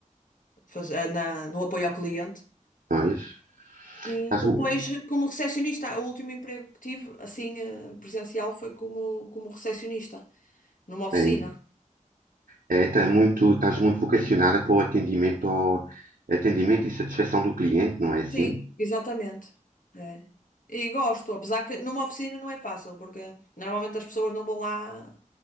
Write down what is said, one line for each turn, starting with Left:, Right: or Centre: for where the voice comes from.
Left: faz- eh, na, no apoio ao cliente.
Right: pois.
Left: E
Right: Estás,
Left: depois,
Right: mu-
Left: como recepcionista, o último emprego que tive, assim, eh, presencial, foi como, como recepcionista, numa oficina.
Right: é, é, tá muito, estás muito vocacionada para o atendimento, ao, atendimento e satisfação do cliente, não é assim?
Left: Sim, exatamente. É. E gosto, apesar que numa oficina não é fácil, porque normalmente as pessoas não vão lá